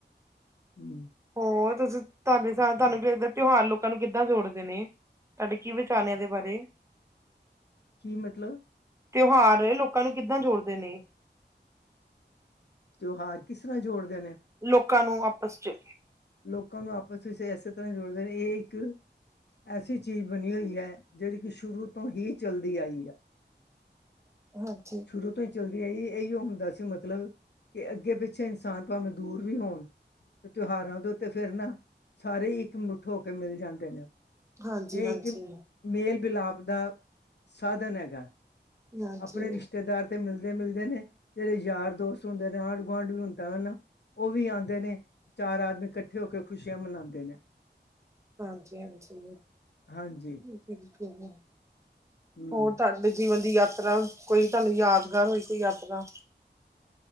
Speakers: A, on the left (about 65°); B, on the right (about 15°).
A: ਹੂੰ,
B: ਹੋਰ ਤੁਸੀ ਤੁਆਡੇ ਸਾ ਤੁਆਨੂੰ ਤਯੋਹਾਰ ਲੋਕਾ ਨੂੰ ਕਿੱਦਾ ਜੋੜਦੇ ਨੇ? ਤਾਡੇ ਕੀ ਵਿਚਾਰ ਨੇ ਐਦੇ ਬਾਰੇ।
A: ਕੀ ਮਤਲਬ।
B: ਤਯੋਹਾਰ ਲੋਕਾ ਨੂੰ ਕਿੱਦਾ ਜੋੜਦੇ ਨੇ।
A: ਤਯੋਹਾਰ ਕਿਸ ਰਾ ਜੋੜਦੇ ਨੇ।
B: ਲੋਕਾ ਨੂੰ ਆਪਸ ਚ।
A: ਲੋਕਾ ਨੂੰ ਆਪਸ <unintelligible> ਐਸੇ ਤਰਾ ਈ ਜੋੜਦੇ ਨੇ ਏ ਇੱਕ ਐਸੀ ਚੀਜ ਬਨੀ ਓਈ ਐ ਜੜੀ ਕੀ ਸ਼ੁਰੂ ਤੋ ਹੀ ਚਲਦੀ ਆਈ ਆ
B: <inaudible>
A: ਸ਼ੁਰੂ ਤੋ ਈ ਚੱਲਦੀ ਆਈ ਐਯੋ ਹੁੰਦਾ ਸੀ ਮਤਲਬ ਕਿ ਅੱਗੇ ਪਿੱਛੇ ਇਨਸਾਨ ਪਾਵੇ ਦੂਰ ਵੀ ਹੋਣ ਤਯੋਹਾਰਾ ਦੇ ਉੱਤੇ ਫੇਰ ਨਾ, ਸਾਰੇ ਈ ਇੱਕ ਮੁੱਠ ਹੋਕੇ ਮਿਲ ਜਾਂਦੇ ਨੇ
B: ਹਾਂਜੀ,
A: <unintelligible>
B: ਹਾਂਜੀ,
A: ਮੇਲ ਵਿਲਾਪ ਦਾ ਸਾਦਨ ਐਗੈ।
B: ਹਾਂਜੀ,
A: ਅਪਨੇ ਰਿਸ਼ਤੇਦਾਰ ਤੇ ਮਿਲਦੇ-ਮਿਲਦੇ ਨੇ ਜੜੇ ਯਾਰ ਦੋਸਤ ਹੁੰਦੇ ਨੇ ਆਂਡ ਗੁਆਂਢ ਵੀ ਹੁੰਦਾ ਵਾ ਨਾ ਓ ਵੀ ਆਂਦੇ ਨੇ ਚਾਰ ਆਦਮੀ ਕੱਠੇ ਹੋ ਕੇ ਖੁਸ਼ੀਆਂ ਮਨਾਂਦੇ ਨੇ।
B: ਹਾਂਜੀ-ਹਾਂਜੀ,
A: ਹਾਂਜੀ
B: ਬਿਲਕੁਲ।
A: ਹਮ
B: ਹੋਰ ਤਾਡੇ ਜੀਵਨ ਦੀ ਯਾਤਰਾ ਕੋਈ ਤੁਆਨੂੰ ਯਾਦਗਾਰ ਹੋਈ ਕੋਈ ਯਾਤਰਾ।